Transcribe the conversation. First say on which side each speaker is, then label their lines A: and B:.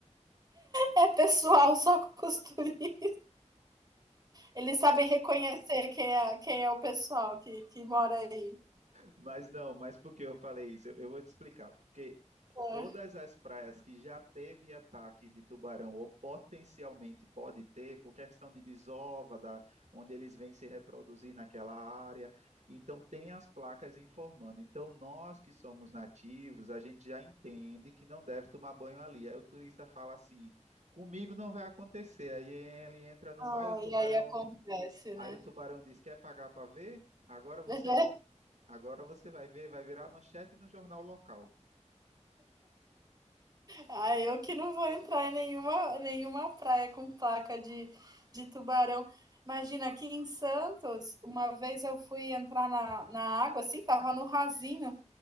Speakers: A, on the right; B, on the right.
A: É pessoal, só <laughs> costureira. Eles sabem reconhecer quem é, quem é o pessoal que, que mora aí.
B: Mas não, mas por que eu falei isso? Eu vou te explicar, porque
A: É.
B: todas as praias que já teve ataque de tubarão ou potencialmente pode ter, por questão de desova, da, onde eles vêm se reproduzir naquela área. Então, tem as placas informando. Então, nós que somos nativos, a gente já entende que não deve tomar banho ali. Aí o turista fala assim: comigo não vai acontecer. Aí ele entra no
A: Ah,
B: mar e o tubarão.
A: e aí acontece,
B: Aí
A: né?
B: o tubarão diz: quer pagar para ver? Agora você.
A: <laughs>
B: Agora você vai ver, vai virar manchete no jornal local.
A: ah, eu que não vou entrar em nenhuma, nenhuma praia com placa de, de tubarão. Imagina, aqui em Santos, uma vez eu fui entrar na, na água, assim, tava no rasinho,